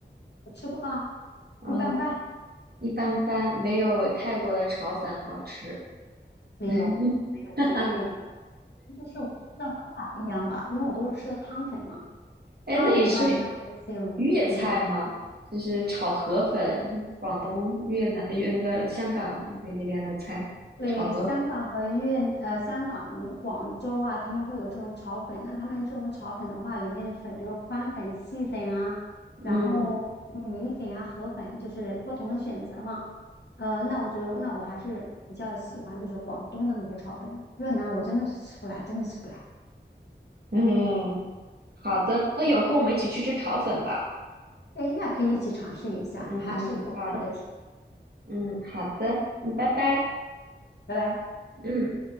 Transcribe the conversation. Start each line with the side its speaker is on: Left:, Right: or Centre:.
Left: 我吃过啊，
Right: 嗯，
Left: 一般般，
Right: 一般般，没有泰国的炒粉好吃。
Left: 没有，
Right: <laughs>
Left: 没有，绝对没有。就是我吃的方法不一样吧，因为我都是吃的汤粉嘛。
Right: 哎，
Left: 汤粉的话，
Right: 那你吃
Left: 里面会有一些嗯那个，
Right: 粤菜吗？就是炒河粉，广东、越南、越那个香港那那边的菜，
Left: 对，
Right: 炒河粉。
Left: 香港和粤呃香港、广州啊，他们会有这种炒粉。那他们这种炒粉的话，里面的粉，比如宽粉、细粉啊，然后米粉啊、
Right: 嗯
Left: 河粉，就是不同的选择嘛。呃，那我觉得，那我还是比较喜欢就是广东的那些炒粉的越南我真的是吃不来，真的吃不来。
Right: 嗯，好的，那有空我们一起去吃炒粉吧。
Left: 哎，那可以一起尝试一下，
Right: 嗯嗯，
Left: 还是一个不错的提议。
Right: 好，嗯好的，嗯，拜拜，
Left: 拜拜。
Right: 嗯。